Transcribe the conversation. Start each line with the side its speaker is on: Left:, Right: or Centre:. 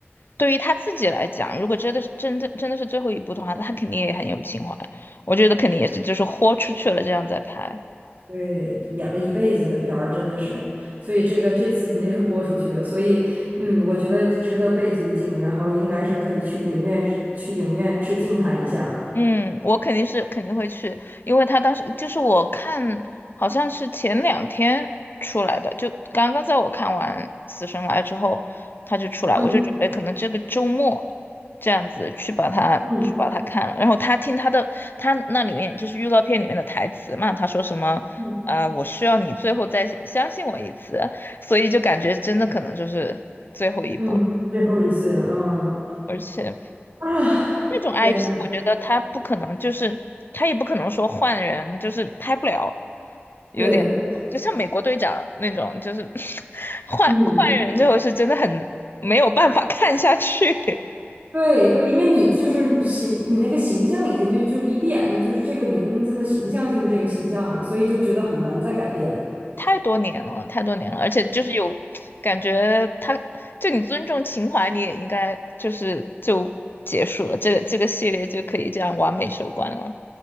Left: 对于他自己来讲，如果真的是真的真的是最后一部的话，他肯定也很有情怀，我觉得肯定也是就是豁出去了这样在拍。
Right: 对，演了一辈子的片儿，真的是，所以这个这次肯定是豁出去了，所以嗯，我觉得值得被尊敬，然后应该是可以去影院去影院致敬他一下，
Left: 嗯，我肯定是肯定会去，因为他当时就是我看，好像是前两天出来的，就刚刚在我看完《死神来》之后，他就出来，
Right: 嗯
Left: 我就准备可能这个周末这样子去把它去把它看了。
Right: 嗯
Left: 然后他听他的，他那里面就是预告片里面的台词嘛，他说什么，
Right: 嗯
Left: 呃，我需要你最后再相信我一次，所以就感觉真的可能就是最后一步了，
Right: 嗯，最后一次了，嗯。
Left: 而且。
Right: 啊，
Left: 那种
Right: 天呐，
Left: IP，我觉得他不可能，就是他也不可能说换人，就是拍不了，有点就像美国队长那种，
Right: 对，
Left: 就是 <laughs> 换换人之后是真的很没有办法看下去，
Right: 嗯，对对，因为你就是形，你那个形象已经就就是一闭眼睛就是这个名字的形象就是这个形象了，所以就觉得很难再改变。
Left: <laughs> 太多年了，太多年了，而且就是有感觉他，就你尊重情怀，你也应该就是就结束了，这个这个系列就可以这样完美收官了。